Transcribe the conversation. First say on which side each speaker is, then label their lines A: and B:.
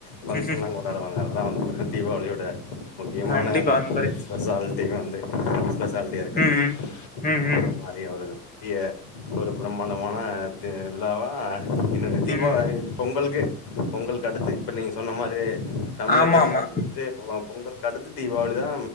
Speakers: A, on the left; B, on the left.
A: ஃபங்ஷன்லா
B: ம்ஹ்ம்.
A: கொண்டாடுவாங்க அதா‌ வந்து ந்த தீவாளியோட முக்கியமான
B: கண்டிப்பா நண்பரே.
A: ஸ்பெஷாலிட்டி வந்து ஸ்பெஷாலிட்டியா இருக்கது
B: ம், ம். ம், ம்.
A: இந்த மாரி ஒரு பெரிய ஒரு பிரம்மாண்டமான தி விழாவா இன்னு தித்திப்பாய்
B: ம்.
A: பொங்கலுக்கு பொங்கல் கடுத்து இப்ப நீங்க சொன்ன மாரி தமிழர்
B: ஆமாமா.
A: திருநாள் வந்து பொ பொங்கல்க்கு அடுத்து தீவாளிதா